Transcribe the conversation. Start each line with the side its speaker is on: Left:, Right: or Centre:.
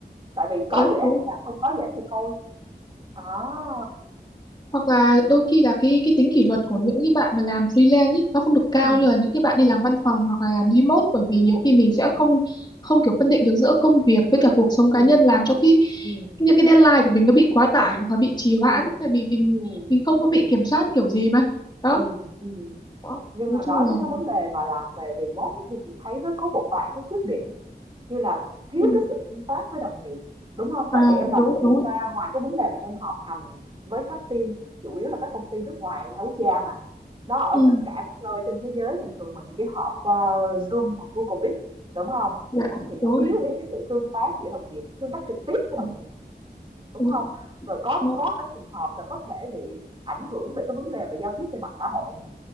Right: tại vì có
Left: đúng,
Right: dự án
Left: đúng
Right: thì làm không có dự án thì thôi đó
Left: hoặc là đôi khi là cái cái tính kỷ luật của những cái bạn mà làm freelance ý, nó không được cao
Right: ừ.
Left: như là những cái bạn đi làm văn phòng hoặc là làm remote bởi
Right: remote
Left: vì nhiều khi mình
Right: ừ.
Left: sẽ không không kiểu phân định được giữa công việc với cả cuộc sống
Right: Ừ.
Left: cá nhân làm cho cái
Right: Ừ.
Left: những cái deadline của mình nó bị quá tải hoặc là bị trì
Right: Ừ.
Left: hoãn
Right: Ừ.
Left: tại vì mình
Right: Ừ.
Left: mình không có bị kiểm soát kiểu gì mà đó,
Right: Ừ. ừ, ừ.
Left: đó.
Right: nhưng
Left: nói
Right: mà
Left: chung
Right: nói tới
Left: là
Right: cái vấn đề mà làm về remote ấy, thì chị thấy nó có một vài cái khuyết điểm như là thiếu
Left: ừ.
Right: cái sự tương tác với đồng nghiệp đúng không
Left: à
Right: tại vì em làm
Left: đúng
Right: việc từ
Left: đúng rồi
Right: xa ngoài cái vấn đề mà em họp hành với các team chủ yếu là các công ty nước ngoài đa quốc gia mà nó ở
Left: ừ.
Right: tất cả các nơi trên thế giới thì thường mình chỉ họp qua Zoom hoặc Google Meet đúng không
Left: dạ
Right: thì nó
Left: đúng rồi
Right: thiếu đi cái sự tương tác giữa đồng nghiệp tương tác trực tiếp với đồng
Left: Ừ,
Right: nghiệp đúng
Left: đúng
Right: không rồi có
Left: dạ.
Right: có cái trường hợp là có thể bị ảnh hưởng về cái vấn đề về giao tiếp về mặt xã hội nữa